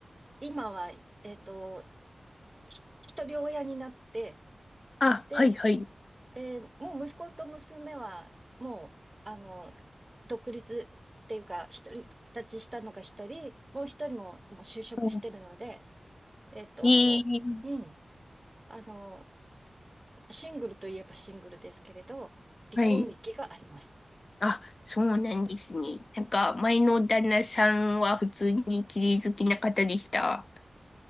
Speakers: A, on the right; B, on the left.
A: 今は、えっと、ひ一人親になって、
B: あ、
A: で、
B: はい、はい。
A: えーもう息子と娘は、もう、あの、独立っていうか、独り立ちしたのが一人、もう一人も、もう就職してるので、
B: うん
A: えっと、
B: ええ
A: うん、あの、シングルといえばシングルですけれど、離婚歴があります。
B: はい。
A: す
B: あ、そうなんですね。なんか、前の旦那さんは普通に綺麗好きな方でした。